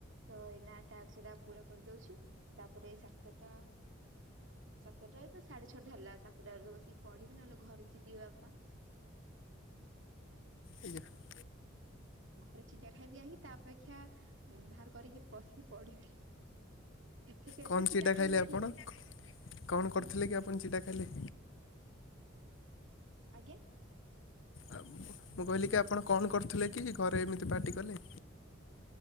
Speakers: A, on the right; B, on the left.
A: ତ ଏଇନା ଟାକ୍ସରା ପୁରା କରିଦଉଛି। ତାପରେ ସାତଟା ସାତଟାରେ ତ ସାଢେ ଛଅଟା ହେଲା। ସାତଟାରୁ ତ ବସିକି ପଢିବି। ନହେଲେ ଘରେ ଚିଡ଼ିବେ ବାପା।
B: ଆଜ୍ଞା।
A: ଘରେ ଚିଡ଼ା ଖାଇବି କାହିଁକି? ତା ଅପେକ୍ଷା ବାହାର କରିକି ବଶିକି ପଢିବି। ଏତେ କେତେ
B: କଣ ଚିଡା
A: ଖାଇବ
B: ଖାଇଲେ ଆପଣ?
A: କିଏ
B: କଣ
A: ମାନେ
B: କରିଥିଲେ କି ଆପଣ ଚିଡ଼ା ଖାଇଲେ?
A: ଆଜ୍ଞା?
B: ଆ ମୁଁ କହିଲି କି, ଆପଣ କଣ କରୁଥିଲେ କି, ଘରେ ଏମିତି ପାଟି କଲେ?